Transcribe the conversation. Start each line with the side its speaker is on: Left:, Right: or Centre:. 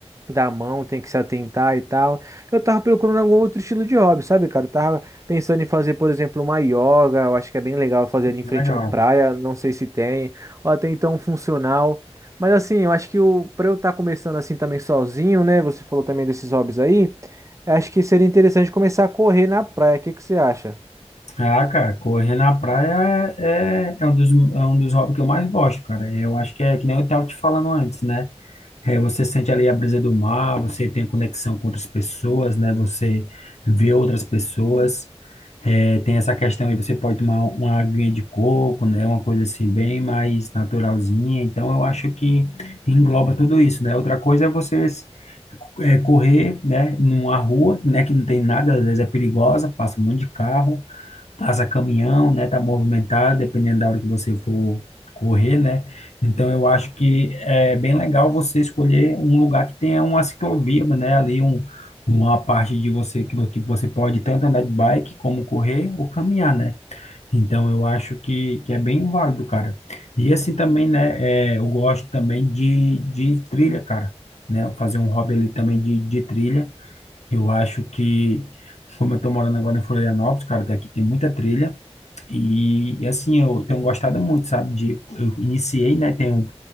Right: Da mão, tem que se atentar e tal. Eu tava procurando algum outro estilo de hobby, sabe, cara? Eu tava pensando em fazer, por exemplo, uma yoga. Eu acho que é bem legal fazer ali em
Left: é
Right: frente
Left: legal.
Right: à praia. Não sei se tem. Ou até então um funcional. Mas assim, eu acho que o para eu estar começando assim também sozinho, né? Você falou também desses hobbies aí. Acho que seria interessante começar a correr na praia. O que que você acha?
Left: Ah, cara, correr na praia é, é é um dos, é um dos hobbies que eu mais gosto, cara. Eu acho que é que nem eu estava te falando antes, né? É, você sente ali a brisa do mar, você tem conexão com outras pessoas, né? Você vê outras pessoas. É, tem essa questão aí, você pode tomar uma aguinha de coco, né? Uma coisa assim bem mais naturalzinha. Então, eu acho que engloba tudo isso, né? Outra coisa é você é, correr, né? Numa rua, né? Que não tem nada, às vezes é perigosa, passa um monte de carro passa caminhão, né? Tá movimentado, dependendo da hora que você for correr, né? Então eu acho que é bem legal você escolher um lugar que tenha uma ciclovia, né? Ali um, uma parte de você que, vo- que você pode tanto andar de bike como correr ou caminhar, né? Então eu acho que, que é bem válido, cara. E assim também, né? é, eu gosto também de, de trilha, cara. Né? Fazer um hobby ali também de, de trilha. Eu acho que, como eu tô morando agora em Florianópolis, cara, daqui tem muita trilha. E, e, assim, eu tenho gostado muito, sabe? De, eu iniciei, né? Tem, um,